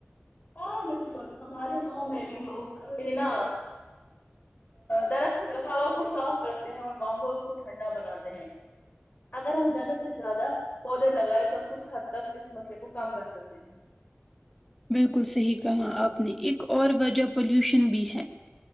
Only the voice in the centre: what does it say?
بلکل صحیح کہا آپ نے ایک اور وجہ پلیوشن بھی ہے